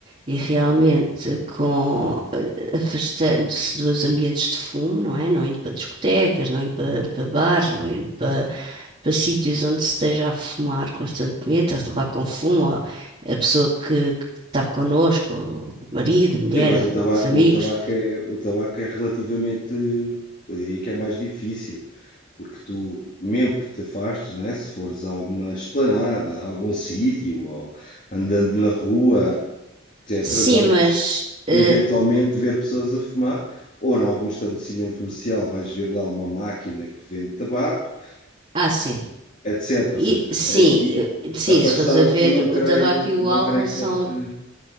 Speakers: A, on the right; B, on the left.
A: e realmente com afastando-se dos ambientes de fumo, não é? Não indo para discotecas, não indo para, para bares, não indo para, para sítios onde se esteja a fumar constantemente, a levar com fumo, ou a pessoa que, que está connosco, o marido, a mulher,
B: Sim, mas o tabaco,
A: os amigos.
B: o tabaco é, o tabaco é relativamente, eu diria que é mais difícil, porque tu, mesmo que te afastes, não é? Se fores a alguma esplanada, a algum sítio, ou andando na rua. etc.,
A: Sim,
B: vais
A: mas. eh,
B: eventualmente ver pessoas a fumar, ou em algum estabelecimento comercial vais ver lá uma máquina que vende tabaco,
A: ah, sim.
B: etc.
A: E,
B: Ou seja,
A: sim,
B: aí
A: eu- sim,
B: afastar-te
A: se fores a ver,
B: não creio,
A: o tabaco e o
B: não
A: álcool
B: creio
A: são.
B: que fosse.